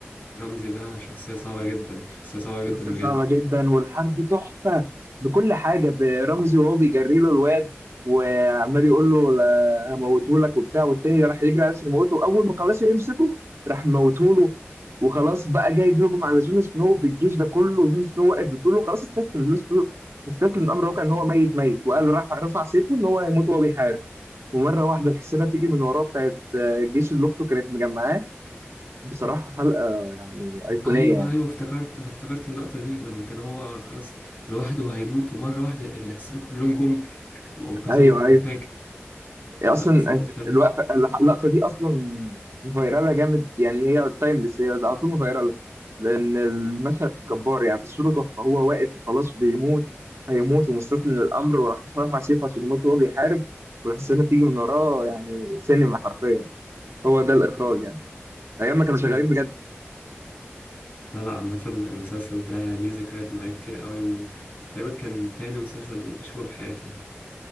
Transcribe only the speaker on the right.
شخصية
صعبة جدا والحرب تحفة بكل حاجة برمزي وهو بيجري له الواد وعمال يقول له لا، هموتهولك وبتاع والتاني راح يجري على اساس يموته وأول ما خلاص يمسكه راح موتهوله وخلاص بقى جاي بيهجم على جون سنو بالجيش ده كله جون سنو واقف بتقول له خلاص استسلم جون سنو استسلم الأمر واقع إن هو ميت ميت وقال له رفع رفع سيفه إن هو هيموت وهو بيحارب ومرة واحدة الحصينة تيجي من وراه بتاعت آه، الجيش اللي أخته كانت مجمعاه بصراحة حلقة يعني أيقونية
يعني
أيوه أيوه
هي اصلا
أنت-
الوقفه اللقطه دي اصلا فايراله جامد يعني هي تايمليس هي على طول فايراله لان المشهد جبار يعني تصويره تحفه هو واقف وخلاص بيموت هيموت ومستسلم للامر وراح رافع سيفه عشان يموت وهو بيحارب والحسنه بتيجي من وراه يعني سينما حرفيا هو ده الاخراج يعني ايام ما كانوا
شغالين بجد